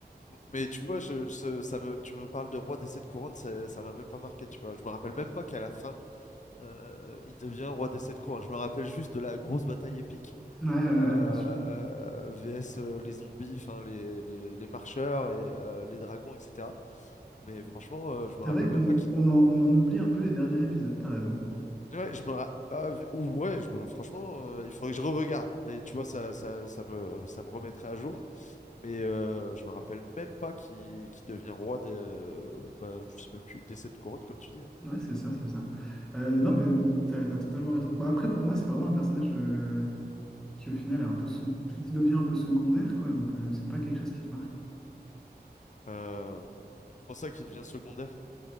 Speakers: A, on the left; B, in the centre.
A: Mais tu vois, je, ce ça me, tu me parles de roi des sept couronnes, ça, ça m'a même pas marqué, tu vois. Je me rappelle même pas qu'à la fin, euh, il devient roi des sept couronnes. Je me rappelle juste de la grosse bataille épique.
B: Ouais, ouais,
A: euh,
B: ouais, bien sûr.
A: VS euh, les zombies, enfin les, les, les marcheurs et euh, les dragons, etc. Mais franchement, euh, je
B: C'est
A: me rappelle
B: vrai qu'on
A: même pas qui.
B: on en, on en oublie un peu les derniers épisodes, t'as raison.
A: Ouais, je me ra- ah, v- ou- ouais, je me- franchement, euh, il faudrait que je re-regarde. Et tu vois, ça, ça, ça me, ça me remettrait à jour. Mais euh, je me rappelle même pas qui, qui devient roi de, bah, je sais même plus, des sept couronnes, comme tu dis. hein.
B: Ouais, c'est ça, c'est ça. Euh, non, mais t'as, t'as totalement raison. Bah, après, pour moi, c'est vraiment un personnage euh, qui, au final, est un peu se- qui devient un peu secondaire, quoi. Donc, euh, c'est pas quelque chose qui te marque.
A: Euh, comment ça, qui devient secondaire?